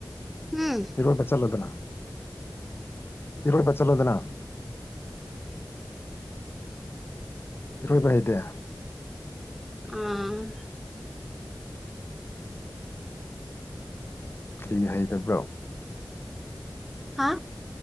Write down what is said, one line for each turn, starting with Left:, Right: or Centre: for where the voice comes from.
Centre: ꯎꯝ
Left: ꯏ ꯄꯆꯜꯂꯣꯗꯅ ꯏꯗꯤ ꯄꯆꯜꯂꯣꯗꯅ ꯔꯔꯣꯏꯕꯍꯤꯍꯤꯗ
Centre: ꯎꯝ
Left: ꯅꯤ ꯍꯥꯏꯩꯗꯕ꯭ꯔꯣ
Centre: ꯍꯥ